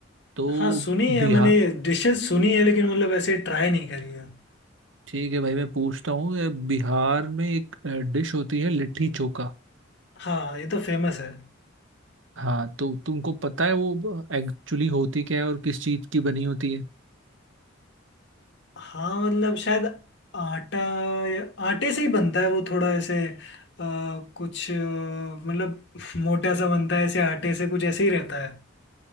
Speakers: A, on the right (about 65°); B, on the left (about 55°).
A: तो
B: हाँ सुनी
A: बिहार
B: है मैंने डिशेस सुनी है लेकिन मतलब ऐसे ट्राई नहीं करी है
A: ठीक है भाई मैं पूछता हूँ ये बिहार में एक डिश होती है लिट्टी चोखा
B: हाँ ये तो फेमस है
A: हाँ तो तुमको पता है वो एक्चुअली होती क्या है और किस चीज की बनी होती है
B: हाँ मतलब शायद आटा या आटे से ही बनता है वो थोड़ा ऐसे आ, कुछ अ, मतलब <laughs> मोटा सा बनता है ऐसे आटे से कुछ ऐसे ही रहता है